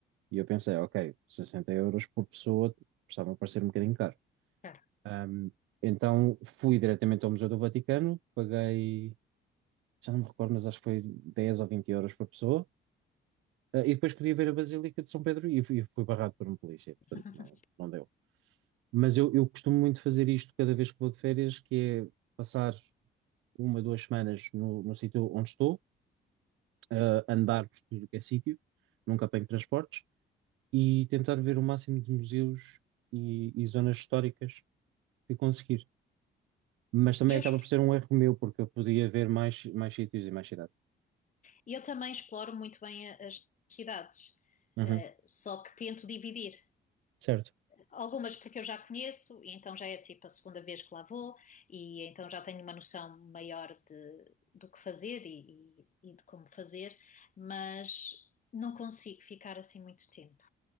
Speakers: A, on the right; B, on the left.
A: E eu pensei, ok, 60 euros por pessoa, estava a parecer um bocadinho caro.
B: claro.
A: Ahm, então fui diretamente ao Museu do Vaticano, paguei, já não me recordo, mas acho que foi 10 ou 20 euros por pessoa, Ah, E depois queria ver a Basílica de São Pedro e fui, fui barrado por um polícia, portanto
B: <laughs>
A: não, não deu. Mas eu, eu costumo muito fazer isto cada vez que vou de férias, que é passar uma, duas semanas no, no sítio onde estou, ah, andar por tudo que é sítio, nunca apanho transportes, e tentar ver o máximo de museus e, e zonas históricas que conseguir. Mas também
B: E Eu,
A: acaba
B: exp-
A: por ser um erro meu, porque eu podia ver mais, mais sítios e mais cidades.
B: e eu também exploro muito bem a- as cidades,
A: Uhum,
B: eh, só que tento dividir.
A: certo,
B: Algumas porque eu já conheço, e então já é tipo a segunda vez que lá vou, e então já tenho uma noção maior de, do que fazer e, e- e de como fazer, mas não consigo ficar assim muito tempo,